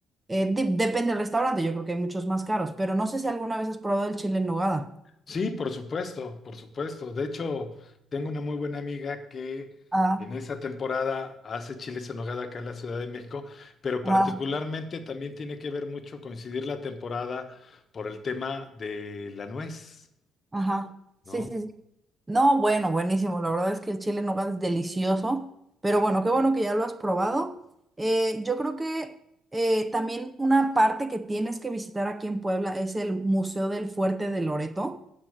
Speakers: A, on the right; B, on the left.
A: Eh, de- depende del restaurante, yo creo que hay muchos más caros, pero no sé si alguna vez has probado el chile en nogada.
B: Sí, por supuesto, por supuesto. De hecho, tengo una muy buena amiga que
A: Ah,
B: en esa temporada hace chiles en nogada acá en la Ciudad de México, pero particularmente
A: ah,
B: también tiene que ver mucho coincidir la temporada por el tema de la nuez,
A: ajá.
B: ¿no?
A: Sí, sí, sí. No, bueno, buenísimo. La verdad es que el chile en nogada es delicioso. Pero bueno, qué bueno que ya lo has probado. Eh, yo creo que eh, también una parte que tienes que visitar aquí en Puebla es el Museo del Fuerte de Loreto.